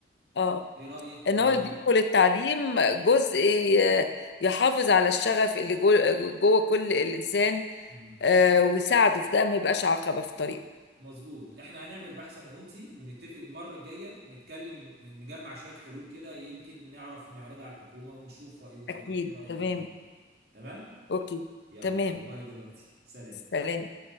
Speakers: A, on the left; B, on the right.
A: اه
B: ايه رأيك
A: ان
B: و...
A: هو يضيفوا للتعليم جزء ي- يحافظ على الشغف اللي جوه, جوه كل الانسان
B: مم.
A: آه، ويساعده في ده ما يبقاش عقبه في طريقه
B: مظبوط احنا هنعمل بحث انا وانتي ونتفق المره الجايه نتكلم نجمع شويه حلول كده يمكن نعرف نعرضها على الحكومه ونشوف رايهم فيها
A: أكيد
B: ايه رايك
A: تمام
B: في الموضوع ده تمام
A: أوكي
B: يلا
A: تمام
B: باي باي دلوقتي سلام
A: سلام